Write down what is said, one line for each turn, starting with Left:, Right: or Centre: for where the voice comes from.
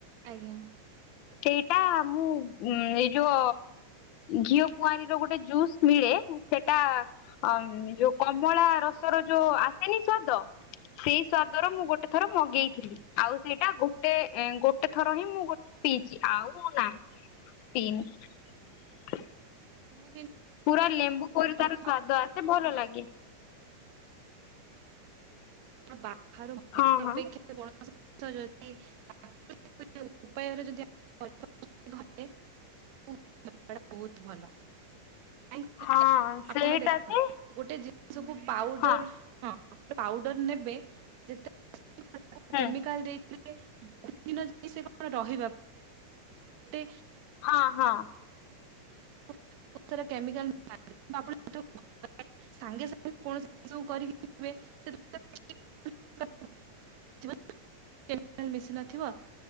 Right: ଆଜ୍ଞା।
Left: ସେଇଟା ମୁଁ ଉ ଏଇ ଯୋଉ ଘିଅ କୁଆଁରୀ ର ଗୋଟେ ଜୁସ୍ ମିଳେ ସେଟା ଆମ୍-ମ୍-ମ୍ ଯୋଉ କମଳା ରସ ର ଯୋଉ ଆସେନି ସ୍ଵାଦ ସେଇ ସ୍ଵାଦର ମୁଁ ଗୋଟେ ଗୋଟେ ଥର ମଗେଇଥିଲି ଆଉ ସେଇଟା ଗୋଟେ ଏ ଗୋଟେ ଥର ହିଁ ମୁଁ ଗୋଟେ ପିଇଛି ଆଉ ନା ପିଇନି।
Right: ମୁଁ
Left: ପୁରା ଲେମ୍ବୁ ପରି
Right: କିନ୍ତୁ
Left: ତାର ସ୍ଵାଦ ଆସେ ଭଲ ଲାଗେ।
Right: <inaudible>
Left: ହଁ
Right: ଉପାୟରେ
Left: ହଁ।
Right: ଯଦି <inaudible> ଏଇଟା ବହୁତ ଭଲ। କାହିଁକି
Left: ହଁ
Right: କହିଲେ
Left: ସେଇଟା
Right: ଆପଣ ଦେଖନ୍ତୁ
Left: ଯେ
Right: ଗୋଟେ ଜିନିଷକୁ ପାଉଡର
Left: ହଁ
Right: ହଁ ପାଉଡର ନେବେ ଯେତ <inaudible>
Left: ହୁଁ
Right: କେମିକାଲ ଦେଇ ବହୁତ ଦିନ ଯାଇ ସେ କଣ ରହିବା <inaudible> ପାଇଁତେ
Left: ହଁ ହଁ।
Right: ବହୁତ ସାରା କେମିକାଲ <inaudible> ସାଙ୍ଗେ ସାଙ୍ଗେ କୌଣସି ସୁ କରିକି <inaudible> <inaudible> କେମିକାଲ ମିଶି ନଥିବା